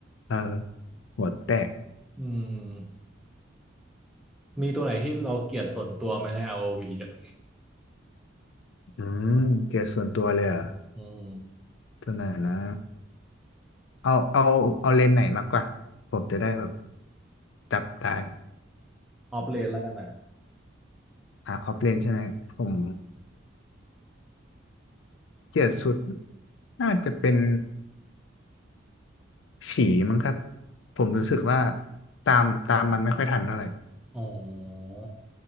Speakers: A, on the left; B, in the centre.
A: เออหัวแตก
B: อืมมีตัวไหนที่เราเกลียดส่วนตัวไหมในอ o v อวีอ่ะ
A: อืมเกียร์ส่วนตัวเลยเหรอ่ะ
B: อืม
A: ตัวไหนนะ เอาเอาเอาเลนส์ไหนมากกว่าผมจะได้แบบจับได้
B: ออฟเลนแล้วกันนะ
A: อ่าออฟเลนใช่ไหมผมเกลียดสุดน่าจะเป็นฉี่มั้งครับผมรู้สึกว่าตามตามมันไม่ค่อยทันเท่าไหร่
B: อ๋อ